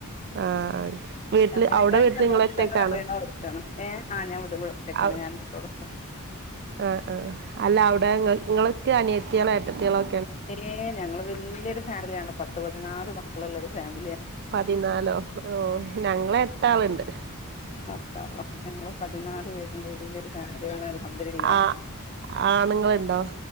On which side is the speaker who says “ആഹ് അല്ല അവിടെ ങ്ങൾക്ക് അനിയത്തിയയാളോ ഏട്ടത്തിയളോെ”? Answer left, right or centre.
Right